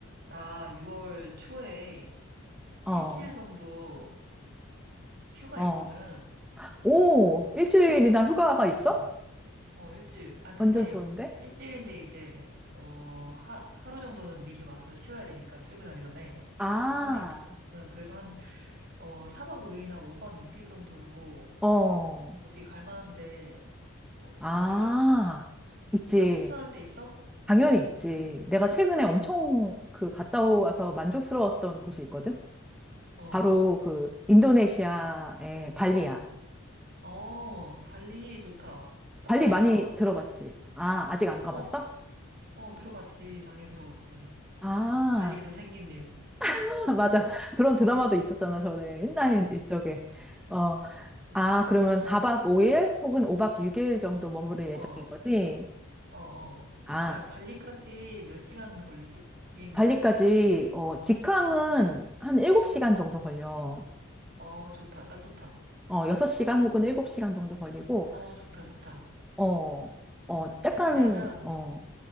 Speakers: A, on the right; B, in the centre.
A: 나 6월 초에
B: 어,
A: 일주일 정도 휴가
B: 어.
A: 있거든.
B: 오, 일주일이나 휴가가 있어?
A: 어, 어, 일주일. 아, 근데
B: 완전 좋은데?
A: 일주일인데 이제, 어, 하, 하루 정도는 미리 와서 쉬어야 되니까 출근하기 전에.
B: 아,
A: 하루는 이제. 저는 그래서 한, 어, 4박 5일이나 5박 6일 정도로
B: 어,
A: 어디 갈 만한데 없,
B: 아,
A: 없을까?
B: 있지.
A: 추- 추천할 데 있어?
B: 당연히
A: 어,
B: 있지. 내가 최근에 엄청 그 갔다 와서 만족스러웠던 곳이 있거든?
A: 어,
B: 바로 그 인도네시아의 발리야.
A: 어. 어, 발리 좋다. 나
B: 발리
A: 발리
B: 많이
A: 안 가봤어.
B: 들어봤지? 아, 아직 안 가봤어?
A: 어, 가- 어, 들어봤지. 당연히 들어봤지.
B: 아,
A: 발리에서 생긴 일.
B: <laughs> 맞아. 그런 드라마도 있었잖아, 전에. 옛날 이쪽에. 어, 아, 그러면 4박 5일 혹은 5박 6일 정도 머무를
A: 어,
B: 예정인
A: 어,
B: 거지?
A: 어.
B: 아,
A: 야, 발리까지 몇 시간 걸리지? 비행기로?
B: 발리까지, 어, 직항은 한 7시간 정도 걸려.
A: 어, 좋다. 딱 좋다.
B: 어, 6시간 혹은 7시간 정도 걸리고,
A: 어, 좋다, 좋다.
B: 어, 어, 약간,
A: 왜냐면,
B: 어,